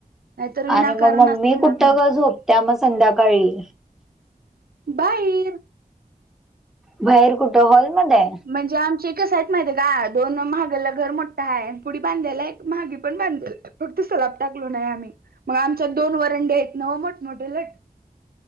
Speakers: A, on the right; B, in the centre.
A: नाहीतर विनाकारण
B: आणि मग मम्मी
A: असं येणार
B: कुठं
A: नाही.
B: झोपत्या मग संध्याकाळी?
A: बाईर.
B: बाहेर कुठं हॉलमध्ये?
A: म्हणजे आमचे कसयत माहिती आहे का? दोन महागाला घर मोठं आहे पुढडी बांधायला एक महागी पण बांधा <unintelligible> फक्त सलाप टाकलं नाही आम्ही मग आमच्यात दोन आहेत ना मोठमोठे लट <unintelligible>